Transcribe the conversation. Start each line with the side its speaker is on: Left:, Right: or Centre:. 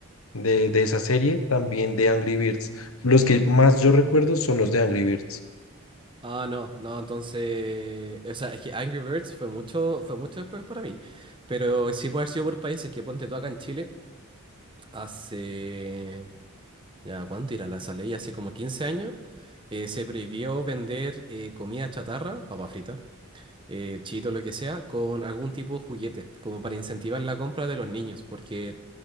Left: de, de esa serie, también de Angry Birds. Los que más yo recuerdo son los de Angry Birds.
Right: Ah, no, no, entonces, o sea, es que Angry Birds fue mucho, fue mucho después para mí, pero sí puede haber sido por países que ponte tú acá en Chile, hace, ya, ¿cuánto era la esa ley? Hace como 15 años, eh, se prohibió vender eh, comida chatarra, papa frita, eh, chito, lo que sea, con algún tipo de juguete, como para incentivar la compra de los niños, porque